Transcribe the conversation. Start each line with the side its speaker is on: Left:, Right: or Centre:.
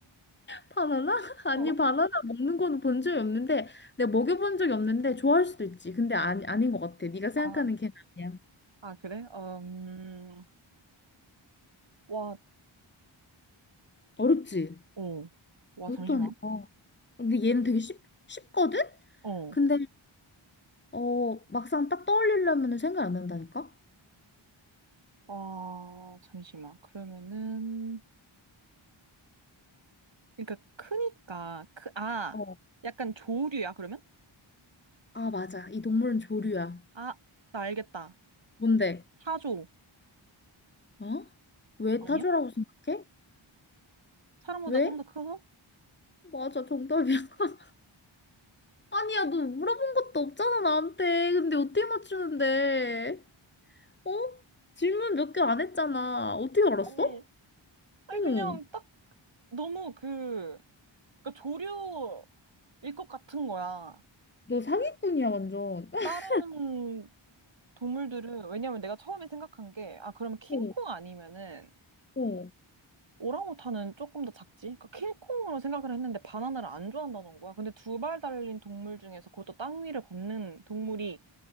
Left: 바나나? <laughs> 아니,
Right: 어.
Left: 바나나 먹는 거는 본 적이 없는데, 내가 먹여본 적이 없는데, 좋아할 수도 있지. 근데 아, 아닌 것 같아. 네가 생각하는
Right: 아,
Left: 걔는 아니야.
Right: 아, 그래? 음, 와,
Left: 어렵지?
Right: 어, 와,
Left: 어렵다니까.
Right: 잠시만.
Left: 근데 얘는 되게 쉽, 쉽거든?
Right: 어,
Left: 근데, 어, 막상 딱 떠올리려면 생각 안 난다니까?
Right: 와, 잠시만. 그러면은, 그러니까 크니까, 크, 아,
Left: 어,
Right: 약간 조류야, 그러면?
Left: 아, 맞아. 이 동물은 조류야.
Right: 아, 나 알겠다.
Left: 뭔데?
Right: 사조.
Left: 어? 왜
Right: 아니야?
Left: 타조라고 생각해?
Right: 사람보다
Left: 왜?
Right: 좀 더 커서?
Left: 맞아, 정답이야. <laughs> 아니야, 너 물어본 것도 없잖아, 나한테. 근데 어떻게 맞추는데? 어? 질문 몇 개 안 했잖아. 어떻게 알았어?
Right: 아니, 아니
Left: 응.
Right: 그냥 너무 그, 그러니까 조류일 것 같은 거야.
Left: 너 사기꾼이야, 완전. <laughs>
Right: 다른 동물들은, 왜냐면 내가 처음에 생각한 게, 아, 그러면 킹콩
Left: 어,
Right: 아니면은,
Left: 어.
Right: 오랑우탄은 조금 더 작지? 그러니까 킹콩으로 생각을 했는데 바나나를 안 좋아한다는 거야. 근데 두 발 달린 동물 중에서 그것도 땅 위를 걷는 동물이